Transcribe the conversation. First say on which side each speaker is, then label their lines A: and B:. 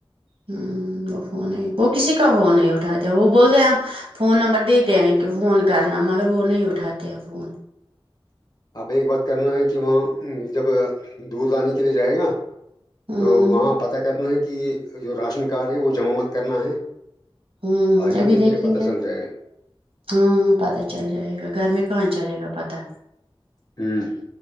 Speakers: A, on the right (about 75°); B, on the left (about 45°).
A: ہ وہ فون نہیں وہ
B: تو
A: کسی کا فون نہیں اٹھاتے وہ بولتے ہم فون نمبر دیتے ہیں کہ فون کرنا مگر وہ نہیں اٹھاتے ہیں فون
B: آپ ایک بات کرنا ہے کہ وہاں جب دودھ لانے کے لیے جائے گا
A: ہمم
B: تو وہاں پتہ کرنا ہے کہ جو راشن کارڈ ہے وہ جمع مت کرنا ہے
A: ہوں
B: آج
A: ابھی
B: ہی دیکھے
A: دیکھیں
B: پتہ
A: گا
B: چل جائے
A: ہاں ہاں پتا چل جائے گا گھر میں کہاں چلے گا پتا
B: ہوں